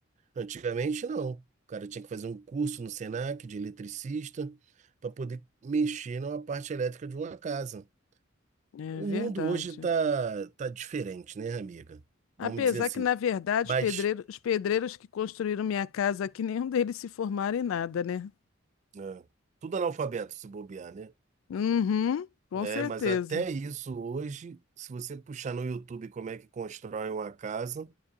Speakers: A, on the right (about 35°); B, on the left (about 75°).
A: Antigamente, não. O cara tinha que fazer um curso no Senac de eletricista para poder mexer na parte elétrica de uma casa.
B: É
A: O
B: verdade.
A: mundo hoje tá, tá diferente, né, amiga?
B: Apesar
A: Vamos dizer assim.
B: que, na verdade,
A: Mas
B: os pedreiros, os pedreiros que construíram minha casa aqui, <laughs> nenhum deles se formaram em nada, né?
A: é, tudo analfabeto se bobear, né?
B: Uhum, com
A: É,
B: certeza.
A: mas até isso hoje, se você puxar no YouTube como é que constrói uma casa,